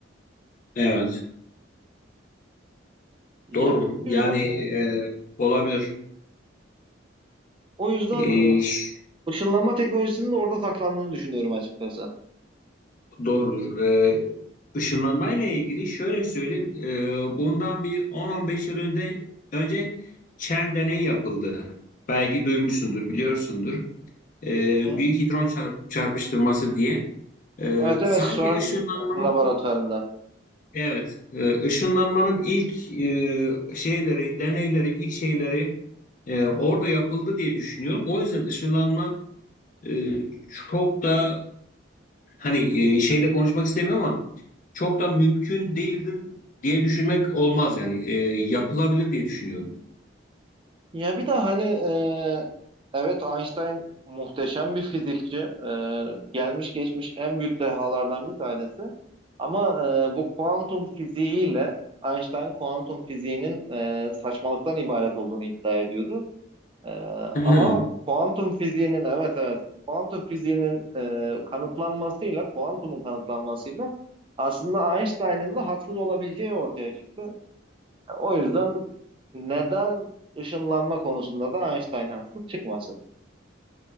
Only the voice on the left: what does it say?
evet.
Doğru.
Yani
e, olabilir.
E,
ş-
doğrudur. E, ışınlanmayla ilgili şöyle söyleyeyim. E, bundan bir 10-15 yıl önce önce CERN deneyi yapıldı. Belki duymuşsundur, biliyorsundur. e,
büyük hidron çarp- çarpıştırması diye. E,
sanki
ışınlanmanın
evet e, ışınlanmanın ilk e, şeyleri deneyleri ilk şeyleri e, orada yapıldı diye düşünüyorum. O yüzden ışınlanma e, çok da hani e, şeyde konuşmak istemiyorum ama çok da mümkün değildir diye düşünmek olmaz yani E, yapılabilir diye düşünüyorum.
<laughs>